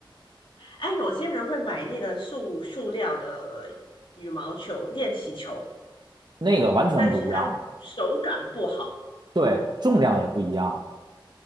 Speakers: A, on the left; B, on the right.
A: 哎，有些人会买那个塑塑料的羽毛球练习球，
B: 那个完全不一样，
A: 但是他手感不好，
B: 嘛，对，重量也不一样。